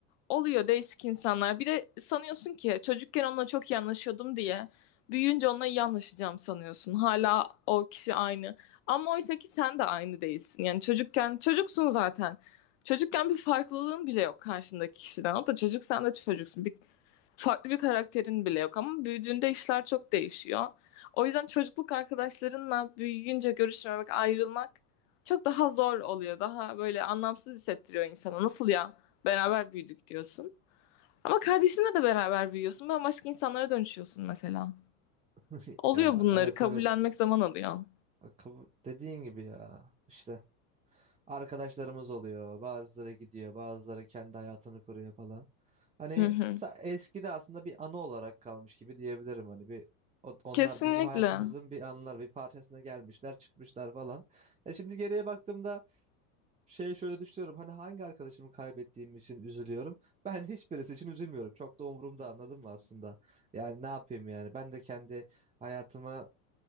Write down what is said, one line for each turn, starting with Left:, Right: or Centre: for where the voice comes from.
Left: Oluyor değişik insanlar. Bir de sanıyorsun ki çocukken onunla çok iyi anlaşıyordum diye büyüyünce onunla iyi anlaşacağım sanıyorsun. Hala o kişi aynı. Ama oysa ki sen de aynı değilsin. Yani çocukken çocuksun zaten. Çocukken bir farklılığın bile yok karşındaki kişiden. O da çocuk sen de çocuksun. Bir, farklı bir karakterin bile yok ama büyüdüğünde işler çok değişiyor. O yüzden çocukluk arkadaşlarınla büyüyünce görüşmemek, ayrılmak çok daha zor oluyor. Daha böyle anlamsız hissettiriyor insana. Nasıl ya? Beraber büyüdük diyorsun. Ama kardeşinle de beraber büyüyorsun. Bambaşka insanlara dönüşüyorsun mesela.
Right: <laughs>
Left: Oluyor
Right: Ya
Left: bunları.
Right: evet
Left: Kabullenmek
Right: evet.
Left: zaman alıyor.
Right: Kabul- Dediğin gibi ya. işte. Arkadaşlarımız oluyor. Bazıları gidiyor, bazıları kendi hayatını kuruyor falan. Hani
Left: Hı hı.
Right: sa- eski de aslında bir anı olarak kalmış gibi diyebilirim hani bir o- onlar
Left: Kesinlikle.
Right: bizim hayatımızın bir anılar, bir parçasına gelmişler, çıkmışlar falan. Ya şimdi geriye baktığımda şeye şöyle düşünüyorum. Hani hangi arkadaşımı kaybettiğim için üzülüyorum? Ben hiçbirisi için üzülmüyorum. Çok da umurumda anladın mı aslında? Yani ne yapayım yani? Ben de kendi hayatımı